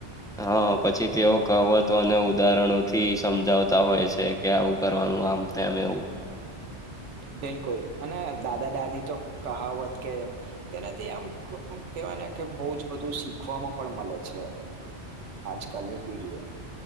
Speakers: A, in the centre; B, on the right.
A: હા પછી તેઓ કહવતો અને ઉદાહરણો થી સમજાવતા હોય છે કે આવું. કરવાનું આમ તેમમ એવું.
B: બિલકુલ અને દાદા દાદી તો કહાવત કે. તેનાથી આમ કેવાય ને કે બહુજ બધું શીખવામાં પણ મળે છે. આજ કલની પીડી.